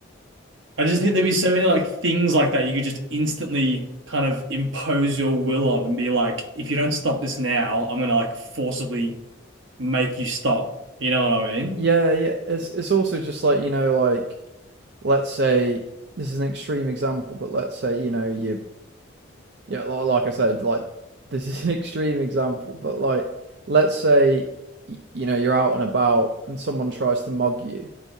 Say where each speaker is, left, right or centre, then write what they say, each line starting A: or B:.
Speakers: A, on the right; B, on the right.
A: I just think there'd be so many like things like that you could just instantly kind of impose your will on and be like, if you don't stop this now, I'm gonna like forcibly make you stop. You know what I mean?
B: Yeah, yeah. It's it's also just like, you know, like let's say this is an extreme example, but let's say, you know, you yeah, li- like I said, like this <laughs> is an extreme example, but like let's say y- you know, you're out and about and someone tries to mug you